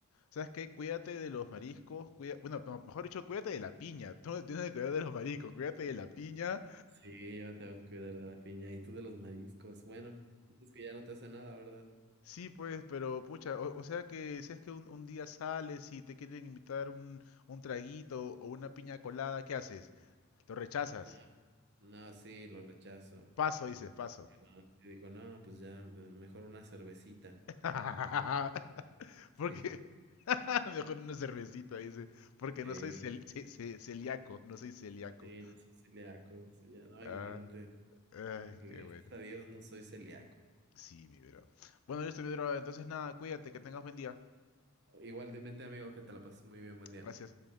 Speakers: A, on the left (about 70°); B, on the right (about 50°).
A: ¿Sabes qué? Cuídate de los mariscos, cuida... bueno, no, mejor dicho, cuídate de la piña. <laughs> Tú no tienes que cuidar de los mariscos, cuídate de la piña.
B: Sí, yo me tengo que cuidar de la piña y tú de los mariscos. Bueno, dices que ya no te hace nada, ¿verdad?
A: Sí, pues, pero pucha, o, o sea que si es que un, un día sales y te quieren invitar un, un traguito o una piña colada, ¿qué haces? Lo rechazas.
B: No, no, sí, lo rechazo.
A: Paso, dices, paso.
B: ¿no? Y digo, no, pues ya, me- mejor una cervecita.
A: <laughs> Porque
B: Sí,
A: <laughs> mejor una cervecita, dice, porque
B: sí,
A: no soy cel- ce- ce- celíaco, no soy celíaco.
B: sí, no soy celíaco. sí, ya, no, imagínate,
A: Ah, ay,
B: porque
A: qué
B: gracias
A: bueno.
B: a Dios no soy celíaco.
A: Sí, mi bro. Bueno, yo estoy mi bro. Entonces, nada, cuídate, que tengas buen día.
B: Igualmente, amigo, que te la pases muy bien, buen día.
A: Gracias.